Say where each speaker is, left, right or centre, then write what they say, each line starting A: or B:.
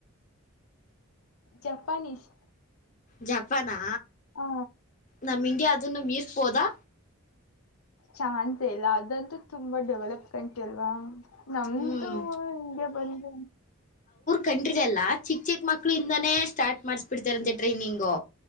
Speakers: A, on the left; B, on the left.
A: 'ಜಪಾನೀಸ್'
B: 'ಜಪಾನಾ'
A: ಹ
B: ನಮ್ 'ಇಂಡಿಯಾ' ಅದನ್ನು ಮೀರಸ್ಬೋದಾ
A: ಚಾನ್ಸ್ ಇಲ್ಲ ಅದಂತೂ ತುಂಬಾ ಡೆವಲಪ ಕಂಟ್ರಿ ಅಲ್ವಾ. ನಮ್ದು
B: ಹ್ಮ್
A: ಇಂಡಿಯ ಬಂದ
B: ಕಂಟ್ರಿಲಿ ಎಲ್ಲಾ ಚಿಕ್- ಚಿಕ್ ಮಕ್ಳಿಂದಾನೇ ಸ್ಟಾರ್ಟ್ ಮಾಡ್ಸ್ಬಿಡ್ತಾರಂತೆ ಟ್ರೈನಿಂಗು.